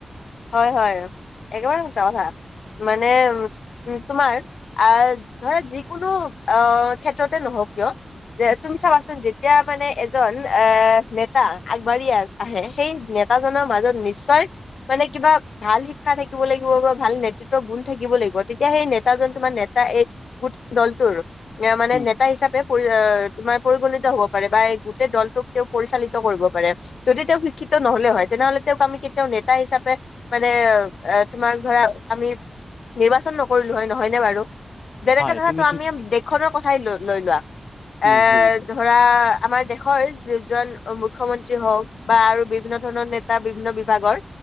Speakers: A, on the left; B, on the left.
A: হয়, হয়, একেবাৰে সঁচা কথা মানে। উ, তোমাৰ আহ ধৰা যিকোনো আহ ক্ষেত্ৰতে নহওক কিয় যে চাবাচোন যেতিয়া মানে এজন অ নেতা আগবাঢ়ি আহে সেই নেতাজনৰ ম মাজত নিশ্চয়। মানে কিবা ভাল শিক্ষা থাকিব লাগিব বা ভাল নেতৃত্ব গুণ থাকিব লাগিব তেতিয়া সেই নেতাজন তোমাৰ নেতা। এই গোটেই দলটোৰ এ, মানে
B: উম
A: নেতা হিচাপে। তোমাৰ পৰিগণিত হব পাৰে বা এই গোটেই দলটোক তেওঁ পৰিচালিত কৰিব পাৰে যদি তেওঁ শিক্ষিত। নহ'লে হয় তেনেহলে তেওঁক আম কেতিয়াও। তাৰ, হিচাপে মানে তোমাৰ ধৰা আমি। নিৰ্বাচন নকৰিলো হয় নহয়নেে বাৰু। যেনেকে
B: হয়
A: ধৰা
B: তুমি
A: তো
B: ঠিক
A: আমি দেশখনৰ কথাই ল লৈ লোৱা এ,
B: উম বুজিছো
A: ধৰা। আমাৰ দেশৰ যিজন মুখ্যমন্ত্ৰী হওঁক বা আৰু বিভিন্ন ধৰণৰ নেতা বিভিন্ন বিভাগৰ।